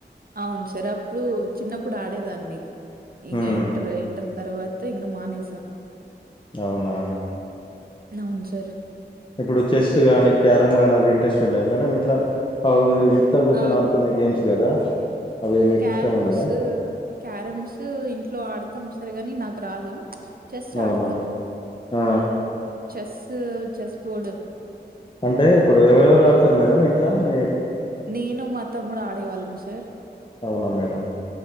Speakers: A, on the right; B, on the left.
A: అవును సార్ అప్పుడు చిన్నప్పుడు ఆడేదాన్ని ఇకా
B: ఉమ్
A: ఇంటర్ ఇంటర్ తర్వాత ఇంగ్ మనేేసా
B: అవునా
A: అవును సార్
B: ఇప్పుడు చెస్ గానీ క్యారమ్ గానీ అవి ఇంట్రెస్ట్ ఉండయా మేడం ఇట్లా అ ఇంట్లో కూర్చని
A: ఆ!
B: ఆడుకునే గేమ్స్ కదా అవి మీకు
A: క్యారమ్స్
B: ఇష్టం ఉండదా
A: క్యారమ్స్ ఇంట్లో ఆడతాం సార్ రుగాని నాకు రాదు చెస్
B: అవునా
A: ఆడుతా
B: ఆ
A: చెస్ చెస్ పోర్డు
B: అంటే ఇప్పుడు ఎవరెవరు ఆడతారు మేడమ్ ఇంట్లో మీ
A: నేను మా తమ్ముడు ఆడేవాళ్ళం సార్
B: అవునా మేడం